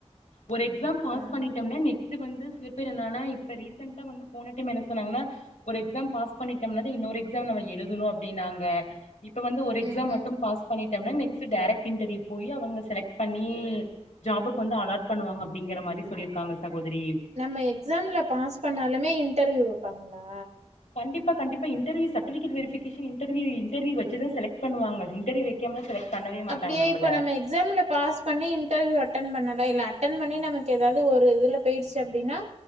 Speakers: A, on the left; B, on the right.
A: ஒரு எக்ஸாம்
B: ஆஹா
A: பாஸ் பண்ணிட்டோம்னா நெ நெட் வந்து சில பேர் என்னனா இப்ப ரீசெண்டா வந்து போன டைம் என்ன சொன்னாங்கனா ஒரு எக்ஸாம் பாஸ் பண்ணிட்டோம்னா இன்னொரு எக்ஸாம் நம எழுதணு அப் அப்பிடினாங்க இப்ப வந்து ஒரு எக்ஸாம்
B: ம்
A: மட்டும்
B: ம்
A: பாஸ் பண்ணிட்டோம்னா நெக்ஸ்ட் டேரக்ட் இன்டர்வியூ போயி அவங்க செலக்ட் பண்ணி ஜாபுக்கு வந்து அலாட் பண்ணுவாங்க அப்பிடிங்குற மாரி சொல்லிருக்காங்க சகோதிரி
B: நம்ம எக்ஸாம்ல பாஸ் பண்ணாலுமே இன்டர்வியூ வப்பாங்களா
A: கண்டிப்பா கண்டிப்பா interview certificate verification interview interview வச்சி தா செலக்ட் பண்ணுவங்க இன்டர்வியூ வக்காமலா செலக் பண்ணவே மாட்டாங்க
B: அப்டியே
A: நம்மள
B: இப்ப நம்ம எக் எக்ஸாம்ல பாஸ் பண்ணி இன்டர்வியூ அட்டன் பண்ணலாம் இல்ல அட்டன் பண்ணி நமக்கு எதாவது ஒரு இதுல பேயிடுச்சு அப்டின்னா